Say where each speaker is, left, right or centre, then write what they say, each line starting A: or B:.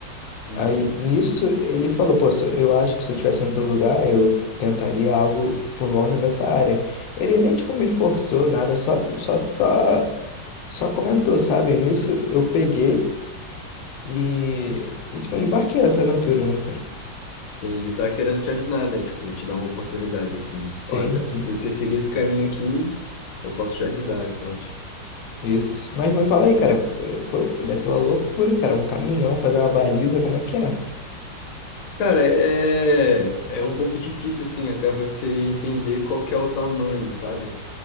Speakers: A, on the left (about 65°); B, on the left (about 85°).
A: Uhum.
B: Aí nisso ele falou, pô, se eu eu acho que se eu estivesse no teu lugar, eu tentaria algo por volta dessa área. Ele nem, tipo, me forçou nada, só, só, só, só comentou, sabe? Nisso eu peguei e, e tipo, embarquei nessa aventura, né, cara?
A: Entendi, tá querendo te ajudar, né? Tipo, te dar uma oportunidade, assim.
B: Sim,
A: Ó, se,
B: sim.
A: se você seguir esse caminho aqui, eu posso te ajudar e tal.
B: Isso. Mas me fala aí, cara, eh, pô, deve ser uma loucura, cara, um caminhão, fazer uma baliza, como é que é?
A: Cara, é, é um pouco difícil, assim, até você entender qual que é o tamanho, sabe?